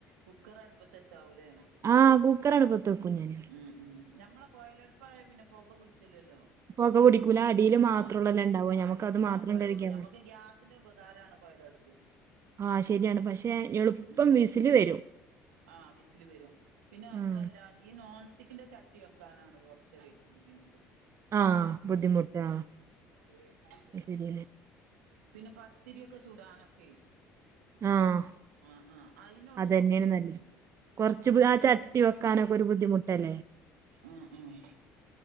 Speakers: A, on the right (about 80°); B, on the right (about 40°).
A: കുക്കറട്പ്പത്തച്ചാവുലെ.
B: ആഹ് കുക്കറടുപ്പത്ത് വെക്കും ഞാന്.
A: ഉം ഉം ഞമ്മളെ കൊയലട്പ്പായ പിന്നെ പൊക പുട്ച്ലല്ലോ.
B: പൊക പിടിക്കൂല അടിയില് മാത്രൊള്ളല്ലോ
A: അഹ്
B: ഇണ്ടാവ ഞമ്മക്ക്
A: അടീല്
B: അത് മാത്രം
A: മാത്രല്ലള്ളൂ
B: കഴുകിയാ
A: ഞമ്മക്ക്
B: മതി
A: ഗ്യാസ്ന്റെ ഉപകാരാണ്. കൊയലട്പ്പ്.
B: ആഹ് ശര്യാണ് പക്ഷെ. എളുപ്പം
A: ഉം
B: വിസില് വരും
A: ആഹ് വിസിൽ വരും പിന്നെ അത്വല്ല
B: ആഹ്
A: ഈ നോൺ തിക്ൻ്റെ ചട്ടി വെക്കാനാണ് കൊർച്ചര് ബുദ്ധിമുട്ട്. <unintelligible>
B: ആഹ് ബുദ്ധിമുട്ടാ
A: ഉം
B: അത് ശരിയല്ലേ
A: പിന്നെ പത്തിര്യൊക്കെ ചുടാനൊക്കെ.
B: ആഹ്.
A: ആഹ് ആഹ് അയ്നൊള്ളു
B: അതന്നെയാണ്
A: കൊർച്ച് ബുദ്ധിമുട്ട്
B: നല്ലത് കൊറച്ച് ബു
A: ഉം.
B: ആ ചട്ടി വെക്കാനൊക്കെ
A: ആഹ്
B: ഒരു ബുദ്ധിമുട്ടല്ലേ
A: ആഹ്.